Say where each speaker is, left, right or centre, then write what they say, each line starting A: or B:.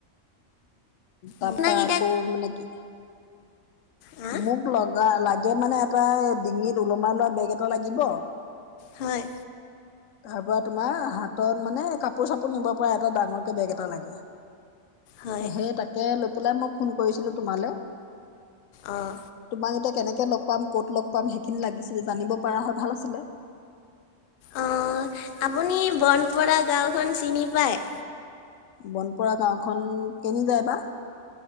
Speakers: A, on the left; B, on the left.
A: তাৰাপা
B: আপোনাক এতিয়া
A: আকৌ মানে কি
B: হা
A: মোক লগা লাগে মানে এটা ডিঙিত ওলমাই লোৱা বেগ এটা লাগিব।
B: হয়।
A: তাৰ পৰা তোমাৰ হাতত মানে কাপোৰ চাপোৰ নিব এটা ডাঙৰকে বেগ এটা লাগে।
B: হয়
A: সেই তাকে লৈ পেলাই মই ফোন কৰিছিলো তোমালে।
B: অঁ।
A: তোমাক এতিয়া কেনেকে লগ পাম ক'ত লগ পাম সেইখিনি লাগিছিলে জানিব পৰা হয় ভাল আছিলে।
B: অঁ, আপুনি বনপৰা গাঁওখন চিনি পায়।
A: বনপৰা গাঁওখন কেনি যায় বা?